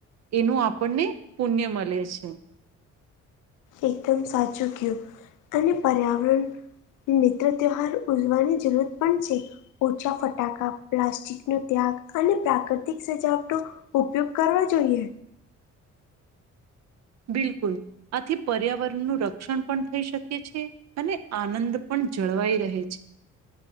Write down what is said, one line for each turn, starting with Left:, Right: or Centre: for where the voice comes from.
Right: એનો આપણને પુણ્ય મલે છે.
Left: એકદમ સાચું ક્યું અને પર્યાવરણ મિત્ર ત્યોહાર ઉજવાની જરૂરત પણ છે. ઓછા ફટાકા, પ્લાસ્ટિકનો ત્યાગ અને પ્રાક તિક સજાવ તો ઉપયોગ કરવા જોઈએ.
Right: બિલકુલ આથી પર્યાવરણનું રક્ષણ પણ થઈ શકે છે. અને આનંદ પણ જળવાઈ રહે છે.